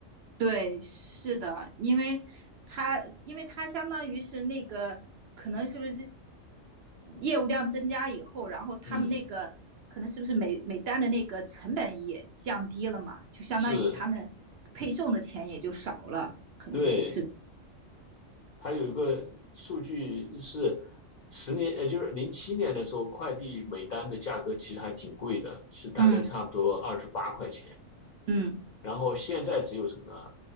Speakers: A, on the right (about 65°); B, on the left (about 65°).
A: 对，是的，因为他因为他相当于是那个可能是不是业务量增加以后，然后他们那个可能是不是每每单的那个成本也降低了嘛，
B: 嗯，
A: 就相当于他们配送的钱也就少了，
B: 是，
A: 可能每次，
B: 对。还有一个数据是十年，也就是零七年的时候，快递每单的价格其实还挺贵的，是大概差不多二十八块钱。
A: 嗯嗯，
B: 然后现在只有什么呢？